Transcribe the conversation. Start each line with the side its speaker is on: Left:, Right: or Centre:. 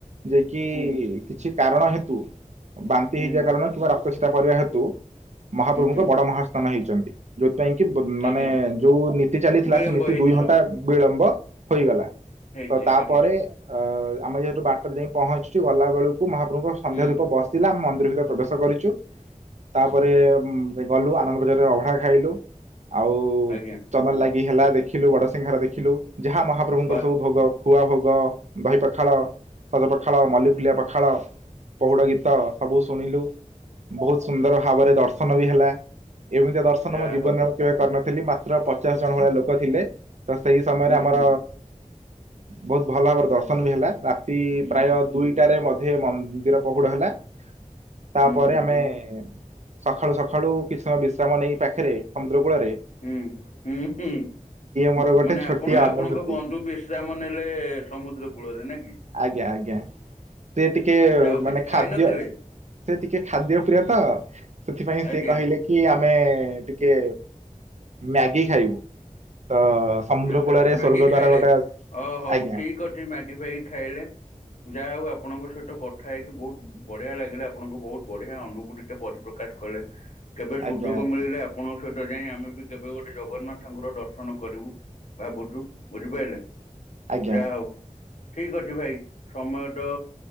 Right: ଯେ କି
Left: ହୁଁ
Right: କିଛି କାରଣ ହେତୁ ବାନ୍ତି
Left: ହୁଁ
Right: ହେଇଯିବା କାରଣ କିମ୍ବା ରକ୍ତ ଛିଟା ପଡିବା ହେତୁ ମହାପ୍ରଭୁଙ୍କ
Left: ହୁଁ
Right: ବଡ ମହା ସ୍ଥାନ ହେଇଚନ୍ତି। ଯୋଉଥିପାଇଁ କି ମାନେ
Left: ଆଜ୍ଞା
Right: ଯୋଉ ନୀତି ଚାଲିଥିଲା
Left: ବିଳମ୍ବ
Right: ସେ ନୀତି
Left: ହେଇଛି
Right: ଦୁଇ ଘଣ୍ଟା
Left: ସବୁ
Right: ବିଳମ୍ବ ହୋଇଗଲା
Left: ହେଇଛି
Right: ତ ତାପରେ
Left: ଆଜ୍ଞା
Right: ଅ ଆମେ ଯେହେତୁ ବାଟରେ ଯାଇକ ପହଞ୍ଚିଚୁ ଗଲାବେେଳକୁ ମହାପ୍ରଭୁଙ୍କ ସନ୍ଧ୍ୟା
Left: ହୁଁ
Right: ଦୀପ ବ ଶିଲା ମନ୍ଦିର ଭିତରେ ପ୍ରବେଶ କରିଚୁ। ପରେ ମ ଗଲୁ ଆନନ୍ଦ ବଜାରରେ ଅଭଢା ଖାଇଲୁ ଆଉ
Left: ଆଜ୍ଞା
Right: ଚନ୍ଦନ ଲାଗି କି ହେଲା ଦେଖିଲୁ ବଡସିଂହରେ ଦେଖିଲୁ ଯାହା ମହାପ୍ରଭୁଙ୍କର
Left: ବା
Right: ସବୁ ଭୋଗ ଖୁଆ ଭୋଗ ଦହି ପଖାଳ ସଜପଖାଳ ମଲ୍ଲିଫୁଲିଆ ପଖାଳ ପହୁଡ଼ ଗୀତ। ସବୁ ଶୁଣିଲୁ ବହୁତ ସୁନ୍ଦର ଭାବରେ ଦର୍ଶନ ବି ହେଲା। ଏମିତି ଦର୍ଶନ
Left: ଯାହା
Right: ମୋ ଜୀବନରେ
Left: ହଉ
Right: ମୁଁ କେବେ କରିନଥିଲି ମାତ୍ର ପଚାଶ ଜଣ ଭଳିଆ ଲୋକ ଥିଲେ। ତ ସେଇ ସମୟରେ
Left: ହୁଁ
Right: ଆମର
Left: ହୁଁ
Right: ବହୁତ ଭଲ ଭାବରେ ଦର୍ଶନ ବି ହେଲା। ରା ତି
Left: ହୁଁ
Right: ପ୍ରାୟ ଦୁଇଟାରେ ମଧ୍ୟ ମନ୍ଦିର ପହୁଡ ହେଲା। ତାପରେ
Left: ହୁଁ ହୁଁ
Right: ଆମେ ସଖାଳୁ ସଖାଳୁ କିଛି ସମୟ ବିଶ୍ରାମ ନେଇ ପାଖରେ ସମୁଦ୍ରକୂଳରେ
Left: ହୁଁ ହୁଁ ହୁଁ
Right: ମୋର ଗୋଟେ
Left: ମାନେ
Right: ଛୋଟିଆ
Left: ଆପଣ
Right: ଅନୁଭୂତି।
Left: ଆପଣଙ୍କ ବନ୍ଧୁ ବିଶ୍ରାମ ନେଲେ ସମୁଦ୍ରକୁ କୂଳରେ ନା କି।
Right: ଆଜ୍ଞା ଆଜ୍ଞା ସେ ଟିକେ
Left: ଆଚ୍ଛା ଆଉ
Right: ମାନେ
Left: କିଛି
Right: ଖାଦ୍ୟ
Left: ଖାଇ ନଥିଲେ
Right: ସେ ଟିକେ ଖାଦ୍ୟ ପ୍ରିୟ ତ ସେଥିପାଇଁ ସେ
Left: ଆଜ୍ଞା
Right: କହିଲେ। କି ଆମେ ଟିକିଏ ମ୍ୟାଗି ଖାଇବୁ ତ ସମୁଦ୍ର
Left: ଆଛା
Right: କୂଳରେ ସ୍ୱର୍ଗ
Left: ମଗି ଖାଇଲେ
Right: ଦ୍ୱାର ଗୋଟେ
Left: ହ ହଉ
Right: ଆଜ୍ଞା
Left: ଠିକ ଅଛି ମ୳୲ଗି ଭାଇ ଖାଇଲେ? ଯାହା ହଉ ଆପଣଙ୍କ ସହିତ କଥା ହେଇକି ବହୁତ ବଢିଆ ଲାଗିଲା ଆପଣଙ୍କ ବହୁତ ବଢିଆ ଅନୁଭୂତି ପରିପ୍ରକାଶ କଲେ। କେବେ ସୁଯୋଗ
Right: ଆଜ୍ଞା ଆଜ୍ଞା
Left: ମିଳିଲେ ଆପଣଙ୍କ ସହିତ ଯାଇଁ ଆମେ ବି କେବେ ଗୋଟେ ଜଗନ୍ନାଥ ଙ୍କର ଦର୍ଶନ କରିବୁ। ବା ବୁଝୁ ବୁଝିପାଇଲେ ସେ
Right: ଆଜ୍ଞା
Left: ଯାହା ହଉ ଠିକ ଅଛି ଭାଇ ସମୟଟ